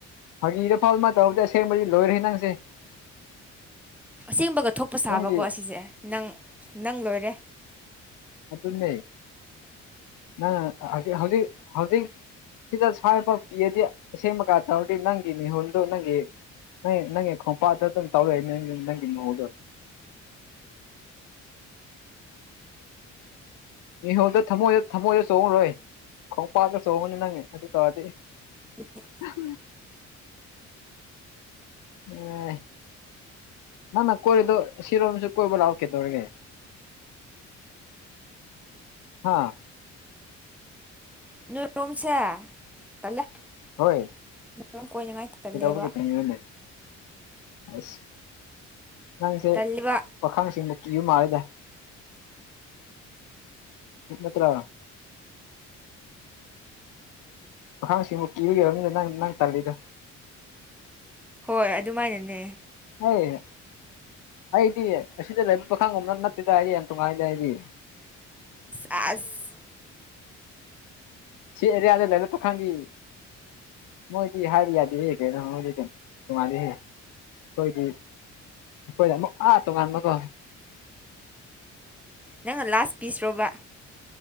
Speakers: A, on the left; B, in the centre.
A: ꯐꯥꯒꯤꯗꯐꯥꯎ ꯑꯃ ꯇꯧꯗꯤ ꯑꯁꯦꯡꯕꯗꯤ ꯂꯣꯏꯔꯤ ꯅꯪꯁꯦ
B: ꯑꯁꯦꯡꯕꯒ ꯊꯣꯛꯄ ꯁꯥꯕꯀꯣ
A: ꯅꯪꯒꯤ
B: ꯑꯁꯤꯁꯦ ꯅꯪ ꯅꯪ ꯂꯣꯏꯔꯦ
A: ꯑꯗꯨꯅꯤ ꯅꯪ ꯍꯧꯖꯤ ꯍꯧꯖꯤꯛ ꯍꯧꯖꯤꯛ ꯁꯤꯗꯐꯥꯎ ꯀꯤꯔꯗꯤ ꯑꯁꯦꯡꯕꯀꯥꯟ ꯇꯧꯔꯗꯤ ꯅꯪꯒꯤ ꯃꯤꯍꯨꯜꯨꯣ ꯅꯪꯒꯤ ꯅꯪꯒꯤ ꯈꯣꯡꯝꯄꯥꯗꯪ ꯇꯧꯔꯛꯏ ꯅꯪ ꯅꯪꯒꯤ ꯅꯗꯣ ꯃꯤꯍꯣꯜꯗ ꯊꯃꯣꯏꯗ ꯊꯝꯃꯣꯏꯗ ꯆꯣꯡꯉꯔꯣꯏ ꯈꯣꯡꯄꯥꯛꯇ ꯆꯣꯡꯉꯒꯅꯤ ꯅꯪ ꯑꯗꯨ ꯇꯧꯔꯗꯤ
B: <unintelligible>
A: <unintelligible> ꯎꯝ ꯅꯪꯅ ꯀꯣꯏꯔꯤꯗꯣ ꯁꯤꯔꯣꯝꯁꯨ ꯀꯣꯏꯕ ꯂꯛꯑꯣ ꯀꯩꯇꯧꯔꯒꯦ ꯍꯥꯥ
B: ꯅꯣꯏꯔꯣꯝꯁꯦ ꯇꯜꯂꯦ
A: ꯍꯣꯏ
B: ꯅꯣꯏꯔꯣꯝ ꯀꯣꯏꯅꯉꯥꯏ ꯇꯜꯂꯦꯕ
A: ꯀꯗꯧꯕꯒꯤ <unintelligible> ꯑꯁ ꯅꯪꯁꯦ
B: ꯇꯜꯂꯤꯕ
A: ꯄꯥꯈꯪꯁꯤꯡꯕꯨ ꯀꯤꯕ ꯃꯥꯂꯦꯗ ꯅꯠꯇ꯭ꯔ ꯑꯈꯥꯡꯁꯤꯕꯨ ꯀꯤꯕ ꯑꯣꯏꯔꯝꯅꯤꯅ ꯅꯪ ꯅꯪ ꯇꯥꯜꯂꯤꯗꯣ
B: ꯍꯣꯏ ꯑꯗꯨꯃꯥꯏꯅꯅꯦ
A: ꯍꯣꯏ ꯑꯩꯗꯤ ꯑꯁꯤꯗ ꯂꯩꯕ ꯄꯥꯈꯪꯒꯣꯕꯗ ꯅꯠꯇꯦꯗ ꯑꯩꯗꯤ ꯌꯥꯝ ꯅꯨꯡꯉꯥꯏ ꯂꯩꯦ ꯑꯩꯗꯤ
B: ꯆꯥꯁ
A: ꯁꯤ ꯑꯦꯔꯤꯌꯥꯗ ꯂꯩꯅ ꯇ ꯈꯥꯟꯒꯤ ꯃꯣꯏꯗꯤ ꯍꯥꯏꯗꯤ ꯌꯥꯗꯤ ꯍꯦꯛ ꯀꯣꯏꯗꯤ ꯀꯩꯅꯣ ꯇꯣꯡꯉꯂ ꯍꯦ ꯍꯣꯏꯒꯤ ꯀꯣꯏꯅꯥ ꯑꯃꯨꯛ ꯑꯥ ꯇꯣꯉꯥꯟ ꯃꯒꯣ
B: ꯅꯪꯅ ꯂꯥꯁ ꯄꯤꯁ ꯔꯣꯕ